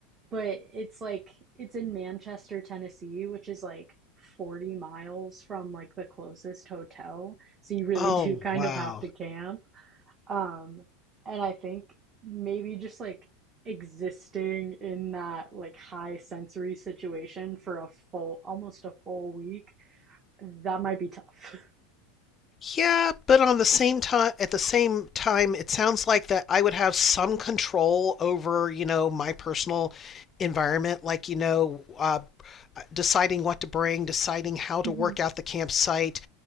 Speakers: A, on the right; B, on the left.
A: but it's like it's in Manchester, Tennessee, which is like 40 miles from like the closest hotel. So you really
B: Oh,
A: <laughs> do kind
B: wow.
A: of have to camp. Um, and I think maybe just like existing in that like high sensory situation for a full, almost a full week, that might be tough.
B: Yeah, but on the same time, at the same time, it sounds like that I would have some control over, you know, my personal environment, like, you know, uh, deciding what to bring, deciding how
A: <laughs>
B: to
A: hmm
B: work out the campsite,